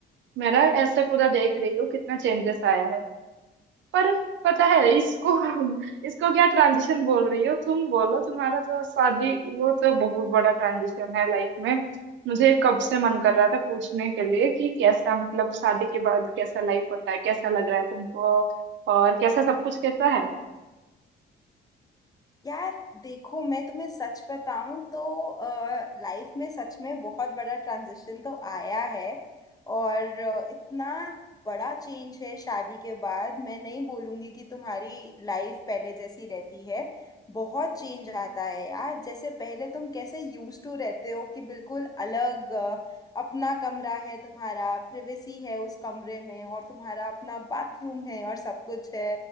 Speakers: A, on the right; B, on the left.
A: मेरा ऐसे पूरा देख रही हूँ कितना चेंजेस आया है पर पता है इसको इसको क्या ट्रांजिशन बोल रही हो तुम बोलो तुम्हारा तो शादी वो तो बहुत बड़ा ट्रांजिशन है लाइफ में मुझे कब से मन कर रहा था पूछने के लिए कि कैसा मतलब शादी के बाद कैसा लाइफ होता है कैसा लग रहा है तुमको और कैसा सब कुछ कैसा है
B: यार देखो मैं तुम्हें सच बताऊं तो लाइफ में सच में बहुत बड़ा ट्रांजिशन तो आया है और अ, इतना बड़ा चेंज है शादी के बाद मैं नहीं बोलूंगी कि तुम्हारी लाइफ पहले जैसी रहती है बहुत चेंज आता है यार जैसे पहले तुम कैसे यूज टू रहते हो कि बिल्कुल अलग अ, अपना कमरा है तुम्हारा प्रिवेसी है उस कमरे में और तुम्हारा अपना बाथरूम है और सब कुछ है